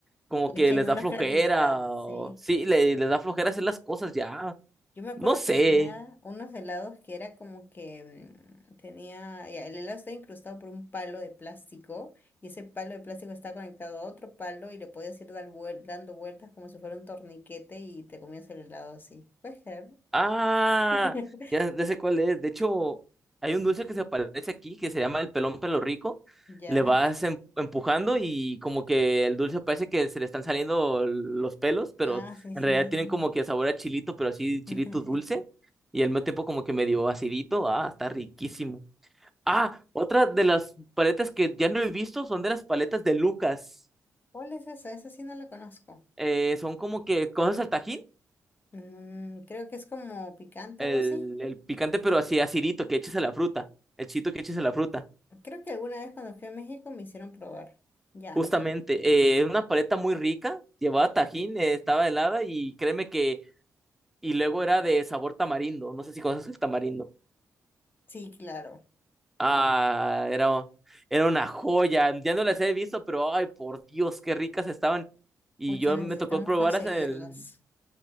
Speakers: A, in the centre; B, on the left (about 30°).
A: Como
B: Le
A: que
B: echan
A: les
B: menos
A: da flojera.
B: creatividad,
A: o-
B: sí.
A: sí, le- les da flojera hacer las cosas ya.
B: Yo me acuerdo
A: No sé.
B: que había unos helados que era como que mm, tenía, ya, el helado estaba incrustado por un palo de plástico y ese palo de plástico está conectado a otro palo y le podías ir dar vuel- dando vueltas como si fuera un torniquete y te comías el helado así. ¿Puedes creerlo?
A: Ah,
B: <laughs>
A: ya, ya sé cuál es. De hecho, hay un dulce que se aparece aquí que se llama el pelón pelo rico.
B: Ya.
A: Le vas em- empujando y como que el dulce parece que se le están saliendo los pelos, pero
B: Ah, sí,
A: en
B: sí,
A: realidad
B: sí.
A: tienen como que sabor a chilito, pero así chilito
B: sí.
A: dulce.
B: <laughs>
A: Y al mismo tiempo como que medio acidito. Ah, está riquísimo. Ah, otra de las paletas que ya no he visto son de las paletas de Lucas.
B: ¿Cuál es esa? Esa sí no la conozco.
A: Eh, son como que cosas al tajín
B: Mm, creo que es como picante,
A: El,
B: algo así.
A: el picante, pero así acidito, que eches a la fruta. El chito que eches a la fruta.
B: Creo que alguna vez cuando fui a México me hicieron probar. Ya,
A: Justamente.
B: dale.
A: Eh, una paleta muy rica. Llevaba tajín, eh, estaba helada y créeme que. Y luego era de sabor tamarindo. No sé si conoces el tamarindo.
B: Sí, claro.
A: Ah, era, era una joya. Ya no las he visto, pero ay, por Dios, qué ricas estaban. Y
B: Pucha,
A: yo
B: necesitamos
A: me tocó probarlas
B: conseguirlas.
A: en el.